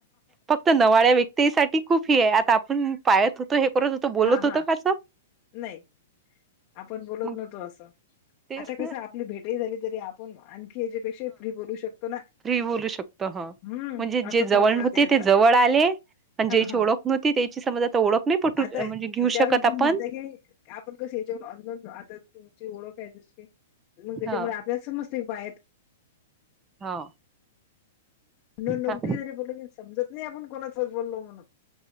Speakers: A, on the right; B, on the left.
A: फक्त नवाळ्या व्यक्तीसाठी खूप हे आहे आता आपण पाळत होतो हे. त हो बोलत
B: हा
A: होत
B: हा
A: कासं.
B: नाही आपण बोलत
A: मग
B: नवतो असं
A: तेच
B: आता
A: ना
B: कसं आपली भेटही झाली तरी पण आणखी याच्यापेक्षा फ्री बरू शकतो. ना
A: त्री बोलू शकतो हा.
B: हम्म
A: म्हणजे
B: असं
A: जे जवळ
B: फरक पडते
A: नव्हते
B: याचा
A: ते जवळ आले आणि
B: हा
A: ज्याची
B: हा
A: ओळख नव्हती त्याची समज आता ओळख नाही पटू
B: आता याच्यावर
A: म्हणजे घेऊ शकत
B: सुद्ध
A: आपण
B: म्हणत की. आपण कस याच्या आता तुमची ओळख आहे तसशी मग त्याच्यामुळे.
A: हा
B: समस्त बाय आहेत.
A: हा.
B: न नमते
A: हा
B: तरी बोलल की समजत नाही आपण कोणाचच बोललो म्हणून.